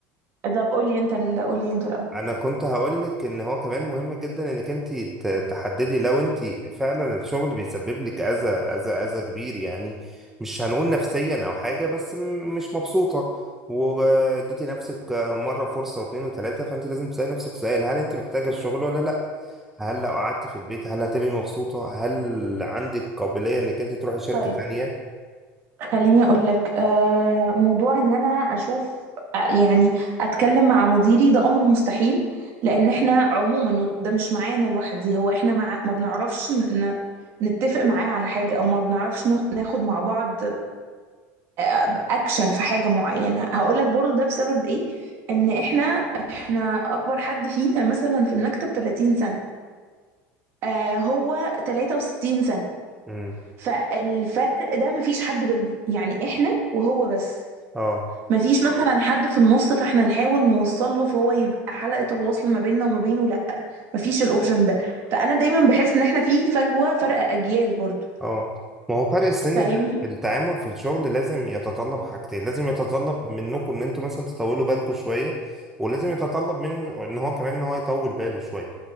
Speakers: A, on the right; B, in the centre.
A: طب قول لي انت ال- قول لي انت الاول
B: انا كنت هقولك ان هو كمان مهم جدا انك انت ت- تحددي لو انت فعلا الشغل بيسبب لك اذى اذى اذى كبير يعني مش هنقول نفسيا او حاجه بس م- مش مبسوطه واديتي نفسك مره فرصه واثنين وثلاثه فانت لازم تسالي نفسك سؤال هل انت محتاجه الشغل ولا لا هل لو قعدت في البيت هل هتبقي مبسوطه هل عندك قابليه انك انت تروحي شركه
A: طيب
B: تانية
A: خليني اقول لك آه موضوع ان انا اشوف آه يعني اتكلم مع مديري ده امر مستحيل لان احنا عموما إنه ده مش معانا لوحدي هو احنا مع ما بنعرفش ن... ن- نتفق معاه على حاجه او ما بنعرفش ناخ- ناخد مع بعض آه، اكشن في حاجه معينه هقول لك برضو ده بسبب ايه ان احنا احنا اكبر حد فينا مثلا في المكتب 30 سنه آه هو 63 سنه
B: امم
A: فالفرق ده مفيش حد بينا يعني احنا وهو بس
B: اه
A: مفيش مثلا حد في النص فاحنا نحاول نوصل له فهو يبقى حلقة الوصل ما بيننا وما بينه لا مفيش الاوبشن ده فانا دايما بحس ان احنا في فجوة فرق اجيال برضو
B: اه ما هو فرق السن
A: فاهمني
B: ده التعامل في الشغل لازم يتطلب حاجتين لازم يتطلب منكم ان انتوا مثلا تطولوا بالكم شويه ولازم يتطلب منه ان هو كمان ان هو يطول باله شويه